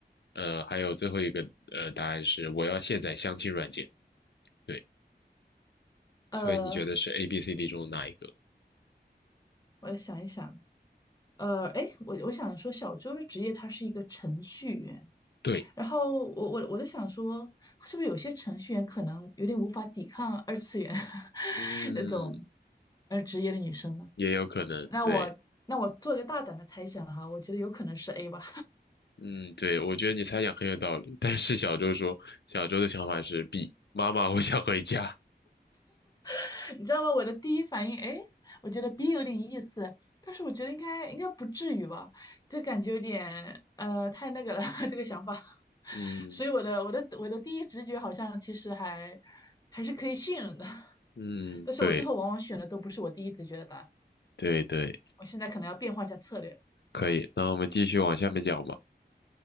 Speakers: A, on the left; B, on the left.
A: 呃，还有最后一个呃答案是我要卸载相亲软件。对，
B: 呃，
A: 所以你觉得是 A、B、C、D 中的哪一个？
B: 我想一想。呃，哎，我我想说，小周的职业他是一个程序员，
A: 对，
B: 然后我我我在想说，是不是有些程序员可能有点无法抵抗二次元 <laughs>
A: 嗯，
B: 那种呃职业的女生呢？
A: 也有可能，
B: 那我那我做一个大胆的猜想哈，
A: 对，
B: 我觉得有可能是 A 吧。
A: 嗯，对，我觉得你猜想很有道理。但是小周说，小周的想法是 B，妈妈，我想回家。
B: <laughs> 你知道吗？我的第一反应，哎，我觉得 B 有点意思，但是我觉得应该应该不至于吧，这感觉有点呃太那个了，<laughs> 这个想法。<laughs>
A: 嗯
B: 所以我的我的我的第一直觉好像其实还还是可以信任的，<laughs>
A: 嗯，
B: 但是我最后往往选的都不是我第一直觉的答案，
A: 对对对，
B: 我现在可能要变换一下策略。
A: 可以。那我们继续往下面讲吧。